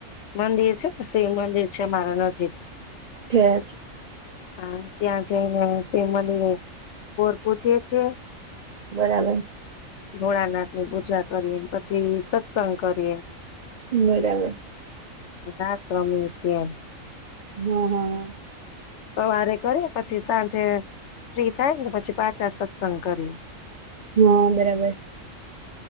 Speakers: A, on the left; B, on the right.
A: મંદિર છે ને શિવ મંદિર છે મારા નજીક.
B: છે.
A: હા ત્યાં જઈને શિવ મંદિરે કોર પૂછય છે.
B: બરાબર.
A: ભોળાનાથની પૂજા કરીએ પછી સત્સંગ કરીએ.
B: બરાબર.
A: રાષ રમીએ છીએ.
B: હા હા હ.
A: સવારે કરી પછી સાંજે ફ્રી થાય ને પછી પાછા સત્સંગ કરી.
B: હા બરાબર.